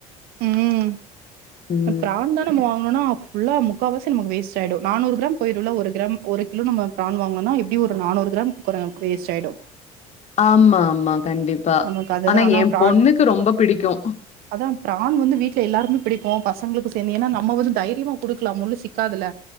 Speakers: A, on the right; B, on the left.
A: ம்
B: ம்.
A: கிராந்தா நம்ம வாங்குனனா ஃபுல்லா முக்கால்வாசி நமக்கு வேஸ்ட் ஆய்டு நானூறு கிராம் போய்டும்ல ஒரு கிராம் ஒரு கிலோ நம்ம பிரான் வாங்குனோனா எப்டி ஒரு நானூறு கிராம் குர வேஸ்ட் ஆய்டு
B: ஆமா மா கண்டிப்பா
A: நமக்கு அதுதா
B: ஆனா என்
A: பிரான்
B: பொண்ணுக்கு ரொம்ப புடிக்கு
A: அதா பிரான் வந்து வீட்ல எல்லாருக்குமே புடிக்கு பசங்களுக்கு சேர்ந்து ஏன்னா நம்ம வந்து தைரியமா குடுக்கலா முல்லு சிக்காதுல